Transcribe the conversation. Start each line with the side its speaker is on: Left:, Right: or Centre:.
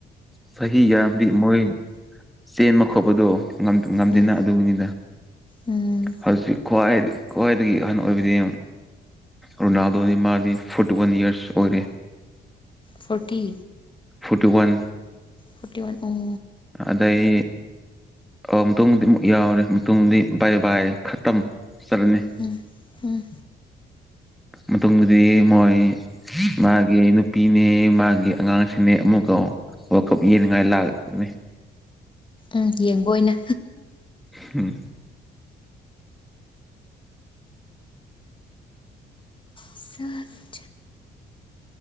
Centre: ꯆꯍꯤ ꯌꯥꯝꯗꯤ ꯃꯣꯏ ꯆꯦꯟꯕ ꯈꯣꯠꯄꯗꯣ ꯉꯝꯗꯦꯅ
Left: ꯎꯝ
Centre: ꯑꯗꯨꯅꯤꯅꯗ꯫
Left: ꯎꯝ
Centre: ꯍꯧꯖꯤꯛ ꯈ꯭ꯋꯥꯏ ꯈ꯭ꯋꯥꯏꯗꯒꯤ ꯑꯍꯟ ꯑꯣꯏꯕꯗꯤ ꯔꯣꯅꯥꯜꯗꯣ ꯃꯥꯥꯔꯗꯤ ꯐꯣꯔꯇꯤ ꯋꯥꯟ ꯏꯌꯔꯁ ꯑꯣꯏꯔꯦ꯫
Left: Forty.
Centre: Forty one
Left: forty one ꯇꯥꯡ꯫
Centre: ꯑꯗꯩ ꯑꯣ ꯃꯇꯨꯡꯗꯤ ꯑꯃꯨꯛ ꯌꯥꯎꯔꯦ ꯃꯇꯨꯡꯗꯤ ꯕꯥꯏ ꯕꯥꯏ ꯈꯇꯝ ꯆꯠꯂꯅꯤ
Left: ꯑꯥ ꯑꯥ
Centre: ꯃꯇꯨꯡꯗꯗꯤ ꯃꯣꯏ ꯃꯥꯒꯤ ꯅꯨꯄꯤꯅꯦ ꯃꯥꯒꯤ ꯑꯉꯥꯡꯁꯤꯅꯦ ꯑꯃꯨꯛꯀ ꯋꯥꯜ ꯀꯞ ꯌꯦꯅꯤꯡꯉꯥꯏ ꯂꯥꯛꯅꯦ
Left: ꯎꯝ ꯌꯦꯡꯕ ꯑꯣꯏꯅ
Centre: ꯍꯨꯝ
Left: ꯆꯠ